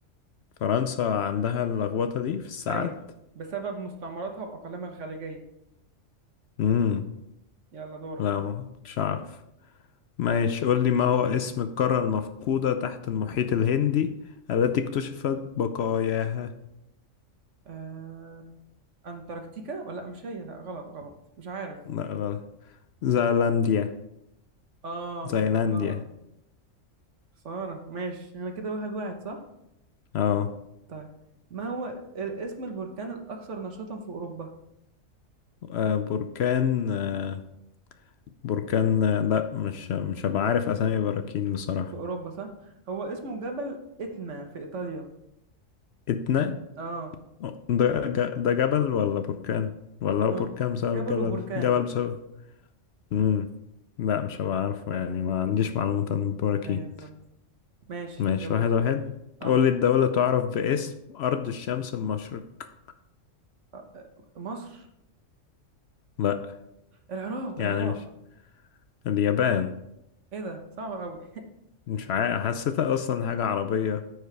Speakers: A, on the left; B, on the right.
A: فرنسا عندها اللخبطة دي في الساعات
B: أيوه بسبب مستعمراتها وأقاليمها الخارجية
A: امم
B: يلا دورك
A: لا ما كنتش أعرف ماشي قول لي ما هو اسم القارة المفقودة تحت المحيط الهندي التي اكتشفت بقاياها
B: آه... أنتاركتيكا ولا لأ، مش هي لا غلط غلط مش عارف
A: لا غلط زيلانديا
B: آه
A: زيلانديا
B: افتكرتها خسارة ماشي أنا كده واحد واحد صح؟
A: اه
B: طيب ما هو ال- اسم البركان الأكثر نشاطا في أوروبا؟
A: آه، بركان آه، بركان آه، لا مش مش هبقى عارف أسامي براكين بصراحة
B: في أوروبا صح؟ هو اسمه جبل إتنا في إيطاليا
A: اتنا
B: آه
A: آه، ده ج- ده جبل ولا بركان ولا هو
B: آه،
A: بركان بسبب
B: جبل
A: جبل
B: وبركان
A: جبل بسبب امم لا مش هبقى عارفه يعني ما عنديش معلومات عن البراكين
B: أيوه بالظبط ماشي
A: ماشي
B: يلا
A: واحد واحد
B: آه
A: قول لي الدولة تعرف باسم أرض الشمس المشرق
B: آه، مصر
A: لا
B: العراق
A: يعني
B: العراق
A: مش اليابان
B: إيه ده صعب أوي
A: مش عارف حسيتها أصلا حاجة عربية